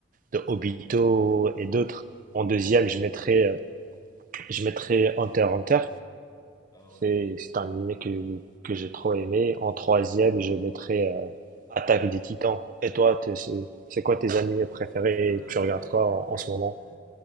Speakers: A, on the right; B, on the left.
A: de Obito et d'autres. En deuxième, je mettrais, euh, je mettrais Hunter x Hunter.
B: Ah ouais.
A: C'est c'est un anime que, que j'ai trop aimé. En troisième, je mettrais euh, Attaque des Titans. Et toi, t'es- c'est c'est quoi tes animés préférés?
B: Ah
A: Tu regardes
B: ouais,
A: quoi
B: ouais,
A: en, en ce moment?
B: ouais.